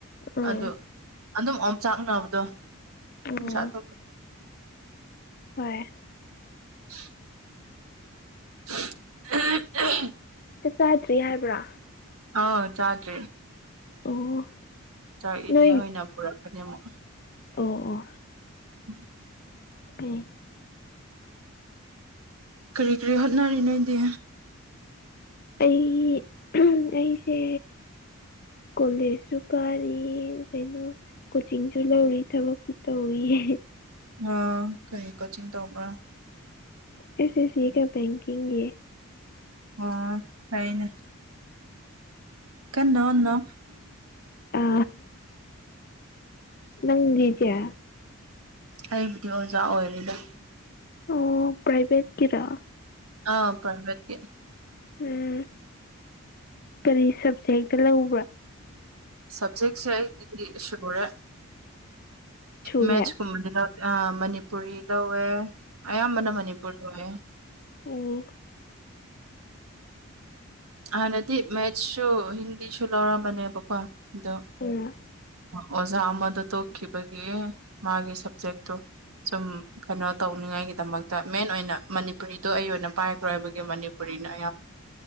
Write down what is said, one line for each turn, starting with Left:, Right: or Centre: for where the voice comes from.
Left: ꯑꯥ
Right: ꯑꯗꯣ ꯑꯗꯨꯝ ꯑꯝ ꯆꯥꯛꯅꯕꯗꯣ
Left: ꯎꯝ
Right: ꯄꯁꯥ
Left: ꯍꯣꯏ
Right: <inaudible> ꯑ
Left: ꯆ ꯆꯥꯛ ꯆꯥꯗ꯭ꯔꯤ ꯍꯥꯏꯕ꯭ꯔꯥ
Right: ꯑꯥ ꯆꯥꯖ꯭ꯔꯔꯤ
Left: ꯑꯣ
Right: ꯆꯥꯛꯏꯅꯦ
Left: ꯅꯣꯏ
Right: ꯍꯣꯏ ꯑꯣꯏꯅ ꯄꯨꯔꯛꯀꯅꯤ ꯑꯃꯨꯛ
Left: ꯑꯣ ꯑꯣ
Right: ꯎꯝ
Left: ꯎ
Right: ꯀꯔꯤ ꯀꯔꯤ ꯍꯣꯠꯅꯔꯤꯅꯗꯤ
Left: ꯑꯩ ꯑꯩꯁꯦ ꯀꯣꯂꯦꯖꯁꯨ ꯀꯥꯔꯤ ꯀꯩꯅꯣ ꯀꯣꯆꯤꯡꯁꯨ ꯂꯧꯔꯤ ꯊꯕꯛꯁꯨ ꯇꯧꯋ
Right: ꯑ ꯀꯔꯤ ꯀꯣꯆꯤꯡ ꯇꯧꯕ
Left: ꯑꯦꯁ ꯑꯦꯁ ꯀ ꯦꯡꯀꯤ ꯌꯦ
Right: ꯑꯣ ꯍꯅꯦ ꯀꯟꯅꯣꯅꯣ
Left: ꯑ ꯅꯪꯖꯦ
Right: ꯑꯩꯕꯨꯗꯤ ꯑꯣꯖꯥ ꯑꯣꯏꯔꯤꯦꯗ
Left: ꯑꯣ ꯄ꯭ꯔꯥꯏꯚꯦꯠꯀꯤꯔꯥ
Right: ꯑ ꯄꯔꯝꯕꯦ
Left: ꯎꯝ ꯀꯔꯤ ꯁꯕꯖꯦꯛꯇ ꯂꯧꯕ꯭ꯔꯥ
Right: ꯁꯞꯖꯦꯛꯁꯦꯗꯤ ꯁꯒꯣꯔꯦ
Left: ꯁꯨꯔꯦ
Right: ꯃꯦꯊꯁ ꯀꯨꯝꯕꯗꯨꯅ ꯑ ꯃꯅꯤꯄꯨꯔꯤ ꯂꯧꯋꯦ ꯑꯌꯥꯝꯕꯅ ꯃꯅꯤꯄꯨꯔ ꯂꯧꯋꯦ
Left: ꯑꯣ
Right: ꯍꯥꯟꯅꯗꯤ ꯃꯦꯠꯁꯁꯨ ꯍꯤꯟꯗꯤꯁꯨ ꯂꯧꯔꯝꯕꯅꯦꯕꯀꯣ ꯗ
Left: ꯑ
Right: ꯑꯣꯖꯥ ꯑꯃꯗ ꯇꯣꯛꯈꯤꯕꯒꯤ ꯃꯥꯒꯤ ꯁꯕꯖꯦꯛꯇꯣ ꯁꯨꯝ ꯀꯩꯅꯣ ꯇꯧꯅꯤꯡꯉꯥꯏꯒꯤꯗꯃꯛꯇ ꯃꯦꯟ ꯑꯣꯏꯅ ꯃꯅꯤꯄꯨꯔꯤꯗꯣ ꯑꯩ ꯑꯣꯏꯅ ꯄꯥꯏꯈ꯭ꯔꯣ ꯍꯥꯏꯕꯒꯤ ꯃꯅꯤꯄꯨꯔꯤ ꯅ